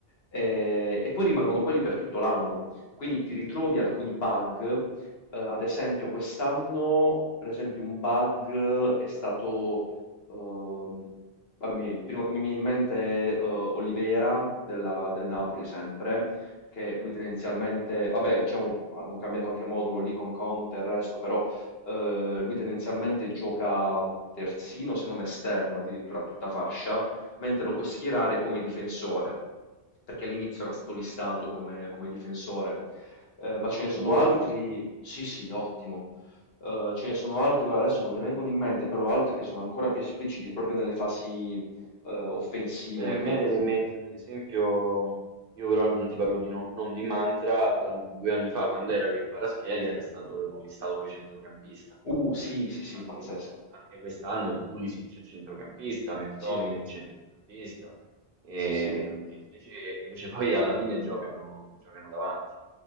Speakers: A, on the left (about 70°); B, on the right (about 65°).
A: Eh, e poi rimangono quelli per tutto l'anno. Quindi ti ritrovi alcuni bug. eh, ad esempio quest'anno, per esempio, un bug è stato Ehm, vabbè, mi- il primo che mi viene in mente è eh, Olivera della- del Napoli sempre, che
B: sì,
A: lui tendenzialmente, vabbè, diciamo, hanno cambiato anche modulo lì con Conte e il resto, però eh, lui tendenzialmente gioca terzino, se non esterno, addirittura a tutta fascia, mentre lo puoi schierare come difensore, perché all'inizio era stato listato come, come difensore. Eh, ma ce
B: molto
A: ne sono
B: buono.
A: altri? Sì, sì, ottimo. Eh, ce ne sono altri, guarda, adesso non mi vengono in mente, però altri che sono ancora più espliciti proprio nelle fasi eh, offensive.
B: Beh, a me viene in mente per esempio, io però non ti parlo di non, non di Mantra, la- due anni fa quando era che Kvaratskhelia era stato listato come centrocampista.
A: Uh, sì, sì, sì,
B: Anche
A: pazzesco.
B: anche quest'anno Pulisic è centrocampista, McTominay
A: Sì,
B: è centrocampista, ehm,
A: sì, sì.
B: e invece, invece poi alla fine giocano, giocano davanti.